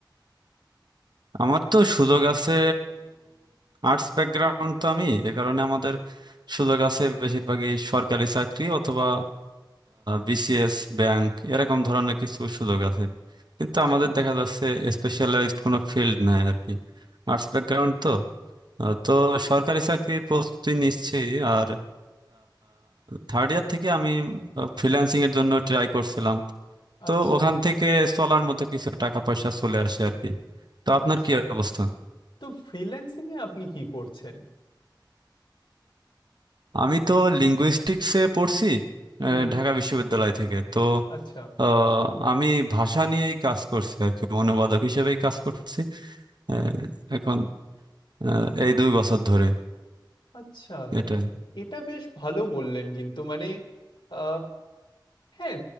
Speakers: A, on the right (about 65°); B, on the left (about 80°).
A: আমার তো সুযোগ আছে আর্টস ব্যাকগ্রাউন্ড তো আমি এ কারণে আমাদের সুযোগ আছে বেশিরভাগই সরকারি চাকরি অথবা বিসিএস ব্যাংক এরকম ধরনের কিছু সুযোগ আছে কিন্তু আমাদের
B: হুম
A: দেখা যাচ্ছে স্পেশালাইজড কোনো ফিল্ড নাই আর কি আর্টস ব্যাকগ্রাউন্ড তো আহ, তো সরকারি চাকরির প্রস্তুতি নিচ্ছি আর থার্ড ইয়ার থেকে আমি ফ্রিল্যান্সিং এর জন্য ট্রাই করছিলাম তো
B: আচ্ছা
A: ওখান থেকে চলার মতো কিছু টাকা পয়সা চলে আসে আর কি তো আপনার
B: আচ্ছা
A: কি অবস্থা
B: তো ফ্রিল্যান্সিং এ আপনি কি করছেন
A: আমি তো লিঙ্গুইস্টিক্সে পড়ছি
B: হুম
A: আহ,
B: হুম
A: ঢাকা বিশ্ববিদ্যালয় থেকে তো
B: আচ্ছা
A: আহ, আমি ভাষা নিয়েই কাজ করছি আর কি অনুবাদক হিসেবেই কাজ করছি আহ, এখন আহ, এই দুই বছর ধরে
B: আচ্ছা
A: এটাই
B: এটা বেশ ভালো বললেন কিন্তু মানে আহ, হ্যাঁ